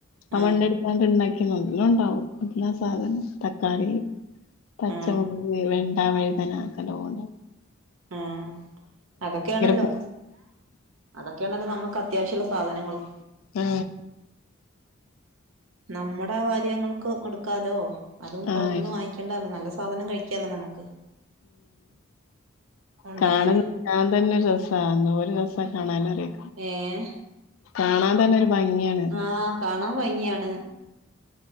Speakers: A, on the left (about 75°); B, on the right (about 75°).
A: ആ
B: ആഹ്
A: മണ്ണ് എടുത്താണ്ട് ഇണ്ടാക്കിയ നല്ലോം ഇണ്ടാവും എല്ലാ സാധനോം തക്കാളി, പച്ചമുളക്,
B: ആഹ്
A: വെണ്ട, വഴുതന അതൊക്കെ നല്ലോം ഇണ്ടാകും.
B: ആഹ് അതൊക്കെയാണല്ലോ
A: പൂ
B: അതൊക്കെയാണല്ലോ നമുക്ക് അത്യാവശ്യള്ള സാധനങ്ങളും
A: ആഹ്
B: നമ്മുടെ കാര്യങ്ങൾക്ക് ഇട്ക്കാലോ അതും
A: ആഹ്
B: പൊറത്തുന്ന് വാങ്ങിക്കാണ്ടല്ലോ നല്ല സാ സാധനം കഴിക്കാലോ നമുക്ക് ഉണ്ടായാല്
A: കാണു കാണാൻ തന്നെ ഒരു രസ എന്തോരു രസ കാണാനറിയോ
B: ഏഹ്
A: കാണാൻ തന്നെ ഒരു ഭംഗിയാണ്. അറിയോ
B: ആഹ് കാണാൻ ഭംഗിയാണ്.